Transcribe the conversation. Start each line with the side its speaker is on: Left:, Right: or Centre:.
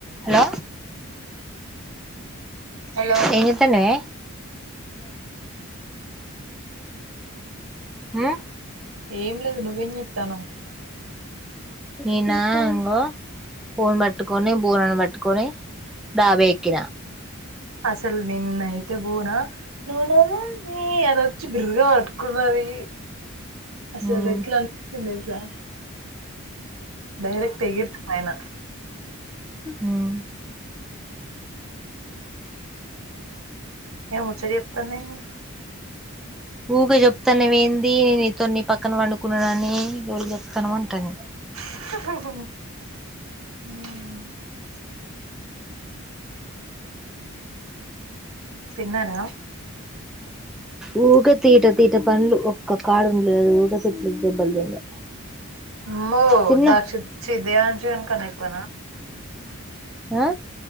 Centre: హలో
Right: హలో
Centre: ఏం చేత్తన్నవే ఉ
Right: ఏం లేదు నువ్వేం చేతన్నావ్
Centre: నేనా అంగో పూన్ పట్టుకోని బూనను పట్టుకోని డాబెక్కిన
Right: అసలు నిన్నైతే బూనా నునే మమ్మీ అనొచ్చి బిర్గ్ పట్టుకున్నది అసలు
Centre: ఉమ్
Right: ఎట్లా అనిపించ్చింది తెలుసా డైరెక్ట్ ఎగిర్న పైన
Centre: ఉమ్
Right: ఏమొఉచ్చట చెప్తాంది ఏమి
Centre: ఊకే చెప్తాన వెందీ నీతోని ని పక్కన పండుకున్నానని ఎవల్కి చెప్తానవ్ అంటంది
Right: మ్ తిన్నారా
Centre: ఊకే తీట తీీట పనులు ఒక్క కాడుండదు ఊకే తిట్లు దెబ్బలు తినుడే
Right: అమ్మో
Centre: తిన్న
Right: దాక్షి చి దేయాంష్ గని కన్నా ఎక్కువనా
Centre: ఆ